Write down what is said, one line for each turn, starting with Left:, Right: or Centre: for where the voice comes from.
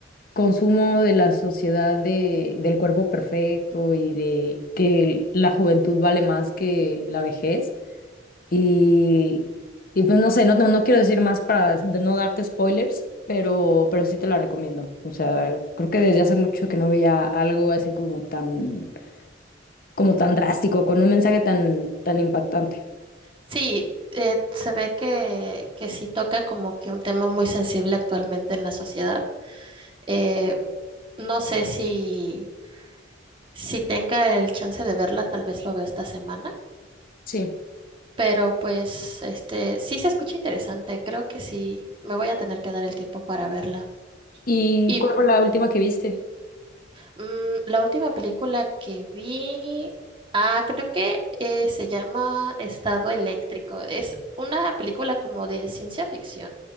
Left: consumo de la sociedad de, del cuerpo perfecto y de que la juventud vale más que la vejez. Y, y pues no sé, no, no, no quiero decir más para de no darte spoilers, pero, pero sí te la recomiendo. O sea, creo que desde hace mucho que no veía algo así como tan, como tan drástico, con un mensaje tan, tan impactante.
Right: Sí, eh, se ve que, que sí toca como que un tema muy sensible actualmente en la sociedad. Eh, no sé si, si tenga el chance de verla, tal vez lo veo esta semana.
Left: Sí.
Right: Pero pues, este, sí se escucha interesante. Creo que sí, me voy a tener que dar el tiempo para verla.
Left: ¿Y
Right: Y
Left: cuál fue la última que viste?
Right: mm, la última película que vi, ah, creo que eh, se llama Estado Eléctrico. Es una película como de ciencia ficción.